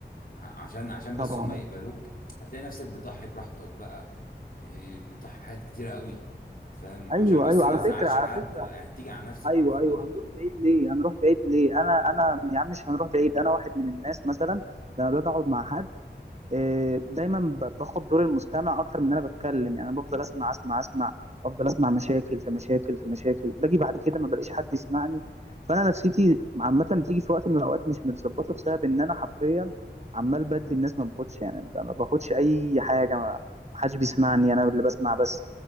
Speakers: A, on the left; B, on the right.
A: ع- عشان عشان
B: طبعا
A: بس هم يقبلوك هتلاقي نفسك بتضحي براحتك بقى إيه، بتضحي بحاجات كتيرة قوي فاهم عشان
B: ايوه
A: بس
B: ايوه
A: ما
B: على
A: تزعلش
B: فكرة على
A: حد
B: فكرة
A: بقى يعني تيجي على نفسك
B: ايوه
A: على الفاضي
B: ايوه
A: فاهمني
B: هنروح بعيد ليه هنروح بعيد ليه انا انا يا عم مش هنروح بعيد انا واحد من الناس مثلا لما باجي اقعد مع حد آه، دايما ب- باخد دور المستمع اكتر من إن انا بتكلم يعني انا
A: مم.
B: بفضل اسمع اسمع اسمع افضل اسمع مشاكل في مشاكل في مشاكل باجي بعد كده ما بلاقيش حد يسمعني فانا نفسيتي عامه بتيجي في وقت من الاوقات مش متظبطه بسبب ان انا حرفيا عمال بدي الناس ما باخدش يعني ما باخدش اي حاجه ما حدش بيسمعني انا اللي بسمع بس